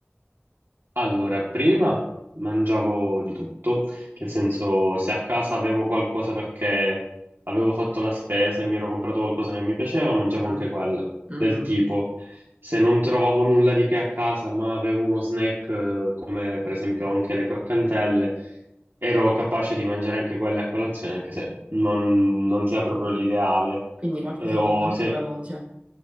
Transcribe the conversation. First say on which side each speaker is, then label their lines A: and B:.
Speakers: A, on the right; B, on the right.
A: Allora, prima mangiavo di tutto, nel senso se a casa avevo qualcosa perché avevo fatto la spesa e mi ero comprato qualcosa che mi piaceva, mangiavo
B: Mhm,
A: anche quella,
B: mhm.
A: del tipo se non trovavo nulla di che a casa ma avevo uno snack eh, come per esempio anche le croccantelle, ero capace di mangiare anche quelle a colazione anche se non, non sia proprio l'ideale.
B: Quindi qualcosa
A: E- o
B: di molto
A: se
B: veloce.